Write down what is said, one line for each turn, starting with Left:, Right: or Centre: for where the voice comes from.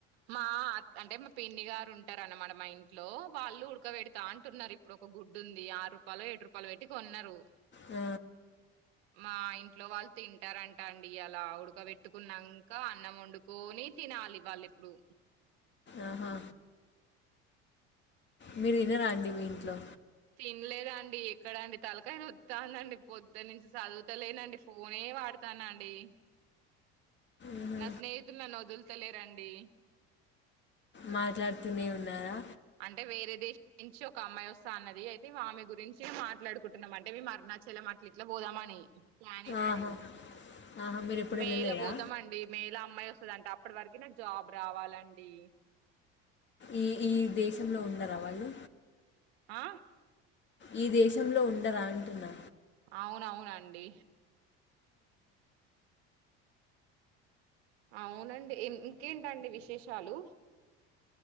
Right: మా అ అంటే మా పిన్ని గారు ఉంటారన్నమాట మా ఇంట్లో వాళ్ళు ఉడకబెడతా అంటున్నారు ఇప్పుడు ఒక గుడ్డు ఉంది ఆరు రూపాలో ఏడు రూపాలో పెట్టి కొన్నరు.
Left: ఆ
Right: మా ఇంట్లో వాళ్ తింటారంట అండి ఇయాల ఉడకబెట్టుకున్నంక అన్నం వండుకోని తినాలి వాల్ ఇప్పుడు
Left: ఆహా మీరు తినరా రండి మీ ఇంట్లో
Right: తిన్లేదండి ఎక్కడండి తలకాయ నొత్తాండండి పొద్దన్నుంచి చదువుతలేనండి ఫోనే వాడ్తాన్న అండి.
Left: మ్హూ.
Right: నా స్నేహితులు నన్ను వదులుతలేరండి
Left: మాట్లాడ్తూనే ఉన్నారా
Right: అంటే వేరే దేశం నుంచి ఒక అమ్మాయి వస్తా అన్నది. అయితే ఆమె గురించి మాట్లాడుకుంటున్నాం అంటే మేం అరుణాచలం అట్ల ఇట్లా పోదామని ప్లాన్ ఏస్తాన్నం.
Left: ఆహా ఆహా మీరు ఎప్పుడు
Right: మే
Left: వెళ్ళలేదా
Right: ల పోతం అండి మేల అమ్మాయి వ స్త దంట అప్పట్ వరకి నాక్ జాబ్ రావాలండి
Left: ఈ ఈ దేశంలో ఉండర వాళ్ళు
Right: ఆ
Left: ఈ దేశంలో ఉండరా అంటున్నా
Right: అవునవునండి. అవునండి ఇంకేంటండి విశేషాలు